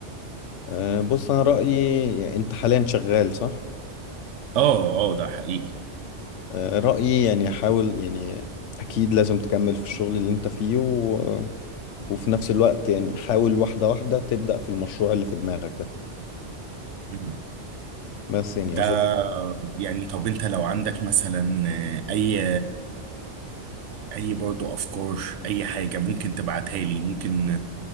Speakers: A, on the left (about 80°); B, on the right (about 80°).
A: أه، بص انا رايي يعني انت حاليا شغال صح
B: اه اه ده حقيقي
A: أه، رايي يعني حاول يعني اكيد لازم تكمل في الشغل اللي انت فيه و... وفي نفس الوقت يعني حاول واحده واحده تبدا في المشروع اللي في دماغك ده
B: مهم.
A: بس يعني
B: ده
A: اظن
B: يعني طب انت لو عندك مثلا اي اي برضو افكار اي حاجة ممكن تبعتها لي ممكن